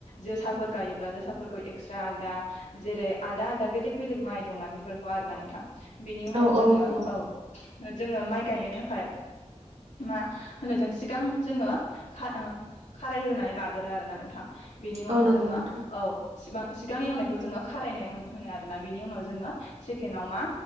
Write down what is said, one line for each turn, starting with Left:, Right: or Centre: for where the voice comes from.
Left: जोसाफोर गायो जोसाफोरखौ एखस्रा आदा जेरै आलदा आलदा बेेलेग बेलेग मा दंना बेफोरखौ आरोना नोंथ बेनि उनाव
Right: औ
Left: जोङो
Right: नंगौ
Left: औ जोङो माइ गाय थाखाय मा होनो जों सिगां जोङो खा ओ खारायहोनै लागोरो आरोना नोंथां बेनि उनाव
Right: औ नंगौ
Left: जोङो
Right: नोंथां
Left: औ सिमां सिगां एवनायखौ जोङो खारायनाय होनो आरोना बेनि उनाव जोङो सेकेण्डाव मा